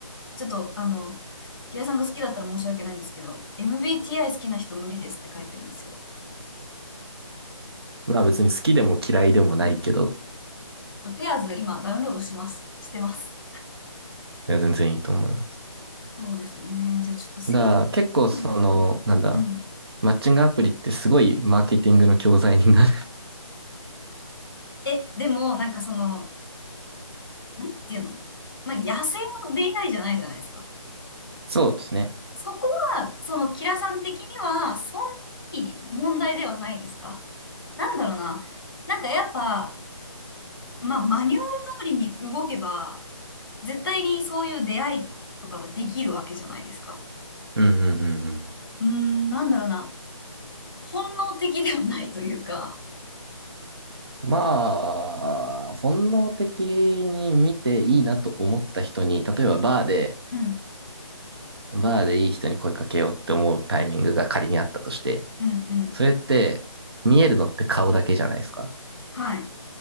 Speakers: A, on the left; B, on the right.
A: ちょっと、あの、ギラさんが好きだったら申し訳ないんですけど、MBTI 好きな人無理ですって書いてるんですよ。
B: まあ別に好きでも嫌いでもないけど、
A: ちょっとペアーズ今ダウンロードします。してます。
B: いや全然いいと思います。
A: そうですね。じゃあちょっと制
B: だから結構その、
A: 限が、はい。
B: なんだ、
A: うん。
B: マッチングアプリってすごいマーケティングの教材になる。<laughs>
A: え、でも、なんかその、なんていうのまあ、野生の出会いじゃないじゃないですか。
B: そうですね。
A: そこは、その、キラさん的には、そんなに問題ではないですかなんだろうな。なんかやっぱ、まあ、マニュアル通りに動けば、絶対にそういう出会いとかはできるわけじゃないですか。
B: うんうんうん
A: うーん、なんだろうな。本能的ではないというか。
B: うん。まあ、本能的に見ていいなと思った人に、例えばバーで、
A: うん、
B: バーでいい人に声かけようって思うタイミングが仮にあったとして、
A: うん、うん。
B: それって見えるのって顔だけじゃないですか。
A: はい。